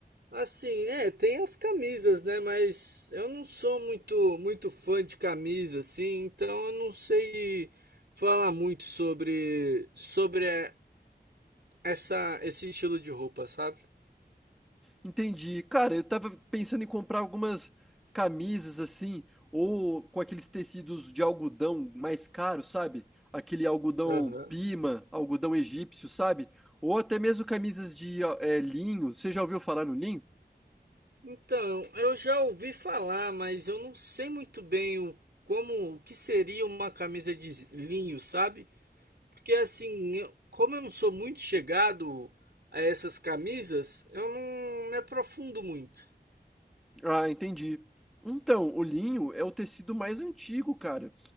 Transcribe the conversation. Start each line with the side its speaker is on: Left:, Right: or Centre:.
Right: Assim, é, tem as camisas, né? Mas eu não sou muito, muito fã de camisa, assim, então eu não sei falar muito sobre, sobre eh, essa, esse estilo de roupa, sabe?
Centre: Entendi. Cara, eu tava pensando em comprar algumas camisas assim, ou com aqueles tecidos de algodão mais caro, sabe? Aquele algodão
Right: Aham.
Centre: pima, algodão egípcio, sabe? Ou até mesmo camisas de ó, é, linho. Você já ouviu falar no linho?
Right: Então, eu já ouvi falar, mas eu não sei muito bem o, como, o que seria uma camisa de linho, sabe? Porque assim, eu- como eu não sou muito chegado a essas camisas, eu não me aprofundo muito.
Centre: Ah, entendi. Então, o linho é o tecido mais antigo, cara,